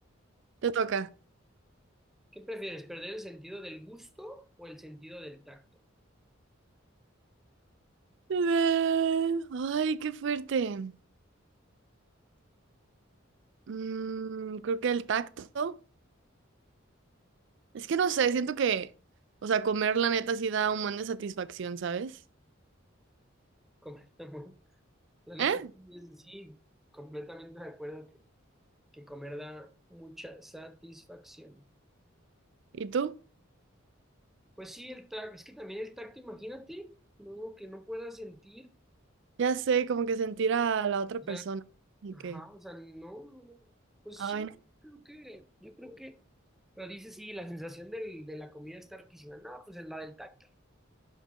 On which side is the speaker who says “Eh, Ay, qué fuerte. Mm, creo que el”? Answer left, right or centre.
Right